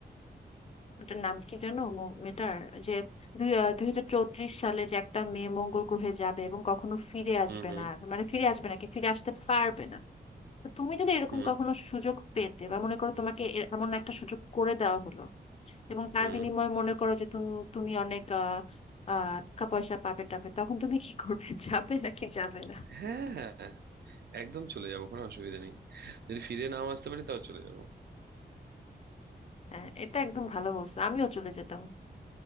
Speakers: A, on the left; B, on the right.
A: ওটার নাম কি জানো মো- মেয়েটার যে দুই হাজার চৌত্রিশ সালে যে একটা মেয়ে মঙ্গল গ্রহে যাবে এবং কখনো ফিরে আসবে
B: হুম হুম
A: না আর মানে ফিরে আসবে না কি ফিরে আসতে পারবে না তো তুমি যদি এরকম
B: হুম
A: কখনো সুযোগ পেতে বা মনে করো তোমাকে এ- এমন একটা সুযোগ করে দেওয়া হলো এবং তার
B: হুম
A: বিনিময়ে মনে করো যে তুমি তুমি অনেক আহ আহ, টাকা পয়সা পাবে টাবে তখন তুমি কি করবে <laughs> যাবে নাকি যাবে না
B: হ্যাঁ হ্যাঁ একদম চলে যাবো কোনো অসুবিধা নেই যদি ফিরে নাও আসতে পারি তাও চলে যাবো
A: হ্যাঁ এটা একদম ভালো বলছো আমিও চলে যেতাম